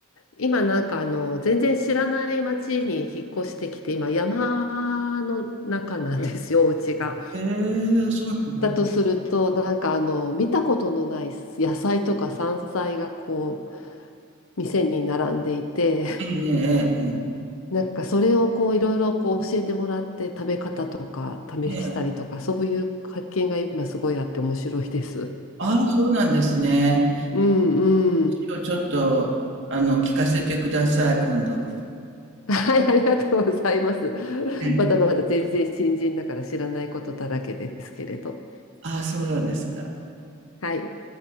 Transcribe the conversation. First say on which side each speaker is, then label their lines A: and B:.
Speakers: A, on the left; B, on the right.
A: 今なんかあの、全然知らない町に引っ越してきて、今山の中なんですよ、お家が。
B: ええ、そうなんだ。
A: だとすると、なんかあの、見たことのない野菜とか山菜がこう、店に並んでいて、
B: ええええ
A: なんかそれをこう、いろいろこう教えてもらって食べ方とか試したりとか、
B: ええ。ええ。
A: そういう発見が今すごいあって面白いです。
B: ああ、そうなんですね。
A: うんうん。
B: 今日ちょっと、あの、聞かせてください、今度。
A: はい、ありがとうございます。
B: ええ。
A: まだまだ全然新人だから知らないことだらけですけれど。
B: ああ、そうなんですか。
A: はい。